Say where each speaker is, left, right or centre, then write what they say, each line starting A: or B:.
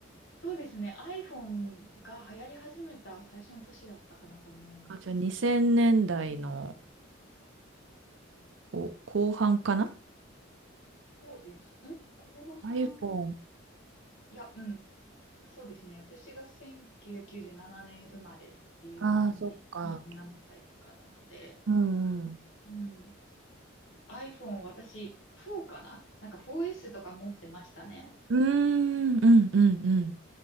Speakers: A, on the left; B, on the right.
A: そうですね。iPhone が流行り始めた最初の年だったかなと思います。
B: あ、じゃあ2000年代のお後半かなん
A: そうです。うん後半、
B: iPhone。
A: いや、うん。そうですね。私が1997年生まれっていう感じで、
B: ああ、そっか。
A: 27歳とかなので、
B: うんうん。
A: うん。iPhone 私4かななんか 4S とか持ってましたね。
B: うーん、うん、うん、うん。